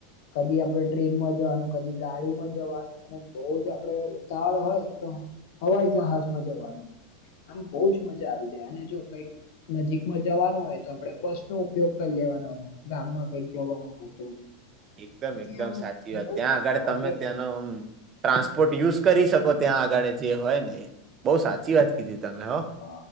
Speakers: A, on the left; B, on the right.
A: કદી આપડે ટ્રેનમાં જવાનું કદી ગાડીમા જવાનું અને બઉ જ આપડે ઉતાવળ હોય, તો હમ હવાઈ જહાજમાં જવાનું, આમ બહુંજ મજા આવી જાય, અને જો કઈક નજીકમાં જવાનું હોય, તો આપડે બસ નો ઉપયોગ કરી લેવાનો હોય. ગામમાં કઈક જવાનું હોય. તો
B: એકદમ
A: એથી
B: એકદમ
A: આમ
B: સાચી વાત,
A: બહુ
B: ત્યાં આગળ તમે
A: વગેરે
B: ત્યાંનોમ ટ્રાન્સપોર્ટ યુઝ કરી શકો, ત્યાં આગાળ જે હોય, ને એ બઉ સાચી વાત કીધી તમે હો
A: હ